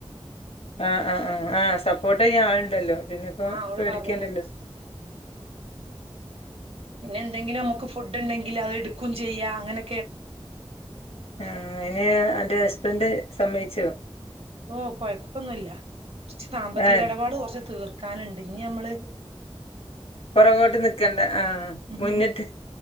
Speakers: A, on the left; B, on the right.
A: ആ ആ ആ ആ സപ്പോട്ടെയ്യാൻ ആളുണ്ടല്ലോ. പിന്നെ ഇപ്പം
B: ആഹ് അവള്
A: പേടിക്കേണ്ടല്ലോ.
B: പറഞ്ഞ് പിന്നെ എന്തെങ്കിലുമുക്ക് ഫുഡ്ണ്ടെങ്കിലത് എടുക്കൂചെയ്യാം അങ്ങനെ
A: ആ അയിന് അന്റെ ഹസ്ബൻഡ് സമ്മയിച്ചുവോ?
B: ഓ കൊയപ്പൊന്നുല്ല ച്ച് സാമ്പത്തിക
A: ഏഹ്
B: എടപാട് കൊറച്ച് തീർ ക്കാന്ണ്ട് ന്നിമ്മള്
A: പൊറകോട്ട് നിക്കണ്ട ആ
B: ഉം
A: മുന്നിട്ട്